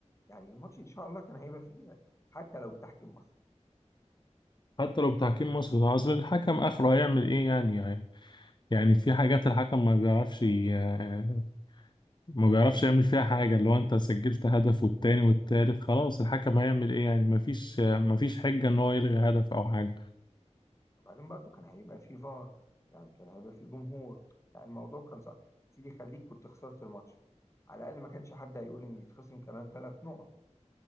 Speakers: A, on the left (about 25°); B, on the left (about 40°).
A: يعني الماتش ان شاء الله كان هيبقى في ايدك حتى لو بتحكيم مصر
B: حتى لو بتحكيم مصري ده اصل الحكم اخره هيعمل ايه يعني يعني يعني في حاجات الحكم ما بيعرفش ي- ما بيعرفش يعمل فيها حاجة اللي هو انت سجلت هدف والتاني والتالت خلاص الحكم هيعمل ايه يعني ما فيش ما فيش حجة ان هو يلغي هدف او حاجة
A: وبعدين برضو كان هيبقى فيه فار يعني كان هيبقى فيه جمهور لا الموضوع كان صعب يا سيدي خليك كنت خسرت الماتش على الأقل ما كانش حد هيقول إن يتخصم كمان ثلاث نقط